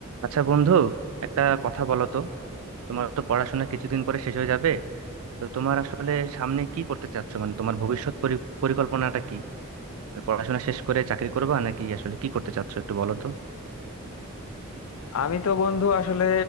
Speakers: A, on the right; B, on the left.
A: আচ্ছা বন্ধু একটা কথা বলো তো তোমার তো পড়াশোনা কিছুদিন পরে শেষ হয়ে যাবে তো তোমার আসলে সামনে কি করতে চাচ্ছ মানে তোমার ভবিষ্যৎ পরি- পরিকল্পনাটা কি মানে পড়াশোনা শেষ করে চাকরি করবা নাকি আসলে কি করতে চাচ্ছ একটু বলো তো
B: আমি তো বন্ধু আসলে